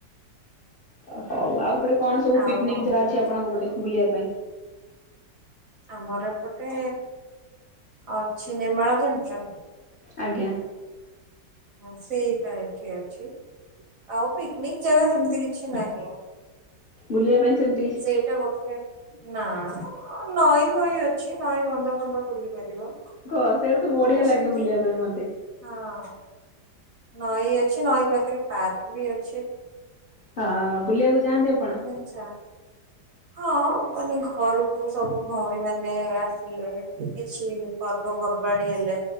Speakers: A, on the left; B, on the right.
A: ଓ ହଉ ଆଉ ସେପଟେ କଣ ସବୁ
B: ଆଉ
A: ପିକ୍ନିକ
B: କଣ
A: ଜାଗା
B: କୁହନ୍ତୁ
A: ଅଛି ଆପଣଙ୍କ ପଟେ ବୁଲିବା ପାଇଁ।
B: ଆମର ଏପଟେ ଅଛି ନେମାଳ ଜାଣିଛନ୍ତି।
A: ଆଜ୍ଞା।
B: ହ ସେଇଟା ଏଠି ଅଛି ଆଉ ପିକନିକ ଜାଗା ସେମିତି କିଛି ନାହିଁ ଆଉ।
A: ବୁଲିବା ପାଇଁ ସେମତି
B: ସେଇଟା ଗୋଟେ। ନା ନଈ ଫଇ ଅଛି ନଈ ବନ୍ଧ ଫନ୍ଧ ବୁଲି ପାରିବ।
A: ଆ ସେଆଡେ ତ
B: କିନ୍ତୁ
A: ବଢିଆ ଲାଗିବ
B: ସେମିତି
A: ବୁଲିବା ପାଇଁ ମତେ।
B: ହଁ। ନଈ ଅଛି ନଈ ପାଖରେ ପାର୍କ ବି ଅଛି।
A: ହଁ ବୁଲିବାକୁ ଯାଆନ୍ତି ଆପଣ।
B: ଆଛ ହଁ ମାନେ ଘରକୁ ସବୁ ଭଉଣୀ ମାନେ ଆସିଲେ କିଛି ପର୍ବପର୍ବାଣି ହେଲେ